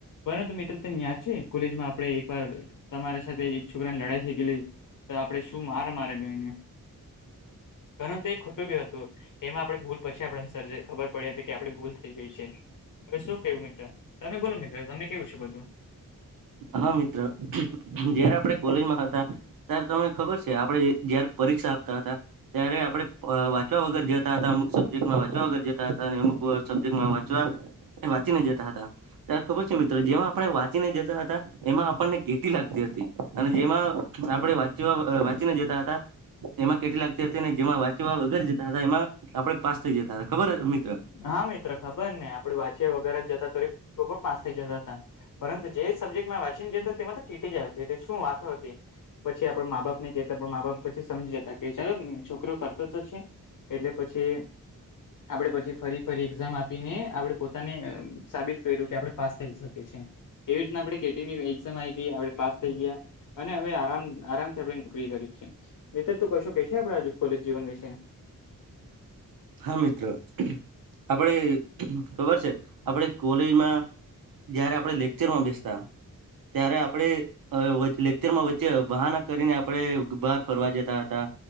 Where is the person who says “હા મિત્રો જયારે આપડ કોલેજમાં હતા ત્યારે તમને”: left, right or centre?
Right